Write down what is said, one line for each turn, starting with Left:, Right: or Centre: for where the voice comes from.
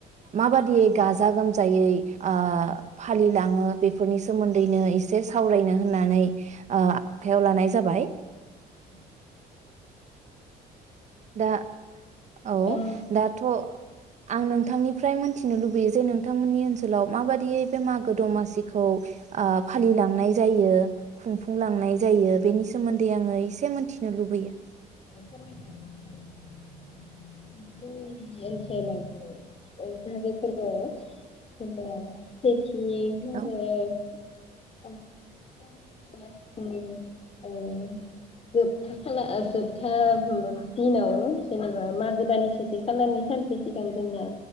Right: माबादि गाजा गोमजायै ओ फालिलाङो बेफोरनि सोमोन्दैनो एसे सावरायनो होननानै ओ आखायाव लानाय जाबाय।
Left: ओम
Right: दा औ
Left: आं
Right: दाथ' आं नोंथांनिफ्राय मोनथिनो लुबैयो जे नोंथांमोननि ओनसोलाव माबादियै बे मागो दमासिखौ खौ ओ फालिलांनाय जायो। खुंफुं लांनाय जायो बेनि सोमोन्दै आङो एसे मिथि लुबैयो।
Left: जोंनि <unintelligible> <unintelligible>
Right: औ
Left: <unintelligible> था दिनाव जेनेबा मागो दाननि सेथि खालारनि सानसे सिगां जोंना